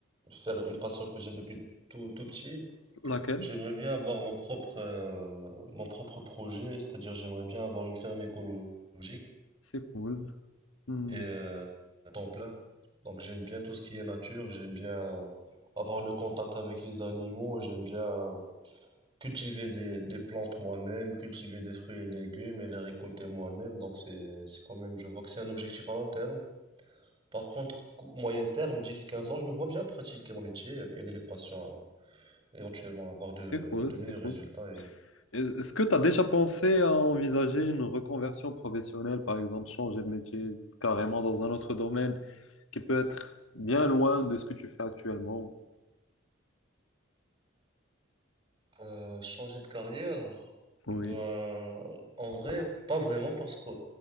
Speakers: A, on the right (about 25°); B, on the left (about 80°).
A: faire une passion que j'aime depuis tout, tout petit.
B: Laquelle?
A: J'aimerais bien avoir mon propre, euh, ma- mon propre projet, c'est-à-dire, j'aimerais bien avoir une ferme écologique.
B: C'est cool. Hmm,
A: et euh, temps plein. Donc j'aime bien tout ce qui est nature, j'aime bien avoir le contact avec les animaux, j'aime bien cultiver des, des plantes moi-même, cultiver des fruits et légumes et les récolter moi-même. Donc c'est, c'est quand même, je vois que c'est un objectif à long terme. Par contre, cou- moyen terme, dix quinze ans, je me vois bien pratiquer mon métier, aider les patients à éventuellement avoir de,
B: C'est cool,
A: de meilleurs
B: c'est cool.
A: résultats
B: Est-ce que tu as déjà pensé à envisager une reconversion professionnelle, par exemple, changer de métier carrément dans un autre domaine qui peut être bien loin de ce que tu fais actuellement?
A: Euh, changer de carrière,
B: Oui,
A: ben, en vrai, pas vraiment, parce que euh,